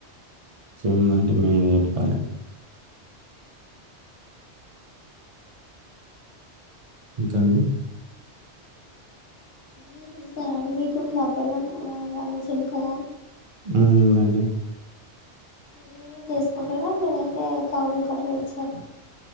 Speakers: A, on the right; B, on the left.
A: చెముందండి మీరే చెప్పాలి ఇంకాండి
B: మీరుంటారి మీకుంది అప్పలం ఆలోచన కద
A: ఉ అన్నే
B: మీరే చేసుకుంటార లేదంటే కావులు కట్టలు ఇచ్చారు